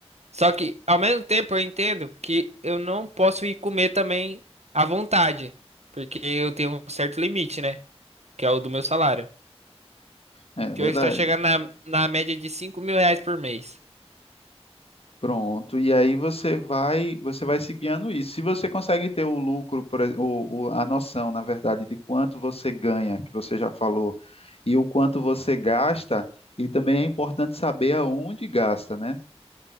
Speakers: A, on the right (about 80°); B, on the left (about 65°).
A: Só que, ao mesmo tempo, eu entendo que eu não posso ir comer também à vontade, porque eu tenho um certo limite, né? Que é o do meu salário.
B: É
A: Que
B: verdade.
A: hoje tá chegando na, na média de cinco mil reais por mês.
B: Pronto, e aí você vai, você vai se guiando isso. Se você consegue ter o lucro, por ex- o, o- a noção, na verdade, de quanto você ganha, que você já falou, e o quanto você gasta, e também é importante saber aonde gasta, né?